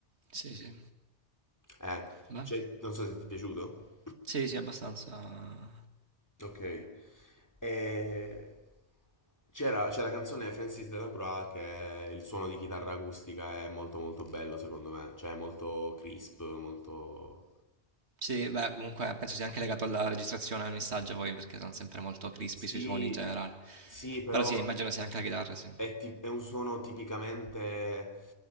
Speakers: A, on the right; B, on the left.
A: Sì, sì.
B: Eh,
A: Beh,
B: cioè, non so se ti è piaciuto.
A: sì, sì, abbastanza
B: Ok. E c'era, c'è la canzone Francis Delacroix che è- il suono di chitarra acustica è molto molto bello secondo me, cioè è molto crisp, molto...
A: Sì, beh, comunque penso sia anche legato alla registrazione del messaggio poi, perché sono sempre molto crispy
B: Sì,
A: sui suoni in generale.
B: sì, però...
A: Però sì, immagino sia anche la chitarra, sì.
B: È, ti- è un suono tipicamente